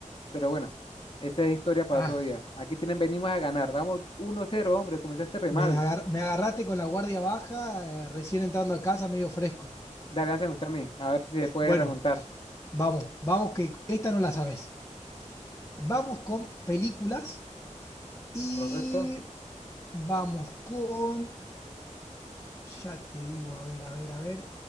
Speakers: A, on the left; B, on the left.
A: Pero bueno, esa es historia para
B: Ah,
A: otro día. Aquí tienen, venimos a ganar. Vamos uno cero, hombre, comenzaste re
B: me,
A: mal.
B: agar- me agarraste con la guardia baja, eh, recién entrando a casa, medio fresco.
A: Dale, lánzame usted a mí, a ver si se puede
B: Bueno,
A: remontar.
B: vamos, vamos, que esta no la sabes. Vamos con películas y
A: ¿Correcto?
B: vamos con Ya te digo, a ver, a ver, a ver.